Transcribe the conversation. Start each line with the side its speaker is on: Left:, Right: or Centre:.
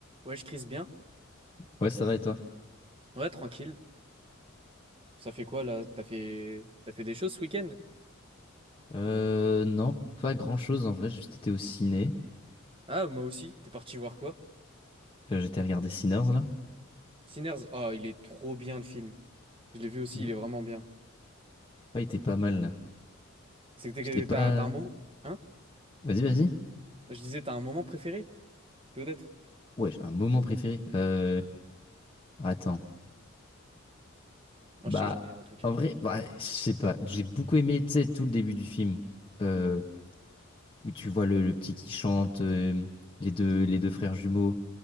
Right: Ouais, je crise bien.
Left: Ouais, ça va et toi?
Right: Ouais, tranquille. Ça fait quoi là? T'as fait... T'as fait des choses ce week-end?
Left: Euh, non, pas grand-chose en vrai, j'ai juste été au ciné.
Right: Ah, moi aussi. T'es parti voir quoi?
Left: Euh, j'étais regardé Sinners là.
Right: Sinners. Ah, il est trop bien le film. Je l'ai vu aussi,
Left: Ouais,
Right: il est vraiment bien.
Left: Ouais, il était pas mal là.
Right: C'est que
Left: J'étais
Right: t'es-
Left: pas.
Right: t'as t'as un moment. Hein?
Left: Vas-y, vas-y.
Right: Je disais, t'as un moment préféré? Peut-être.
Left: Ouais, j'ai un moment préféré. Euh, attends.
Right: Moi,
Left: Bah,
Right: je sais que j'en ai un en tout cas.
Left: en vrai, bah, je sais pas. J'ai beaucoup aimé, tu sais, tout le début du film. Euh, où tu vois le, le petit qui chante, euh, les deux, les deux frères jumeaux,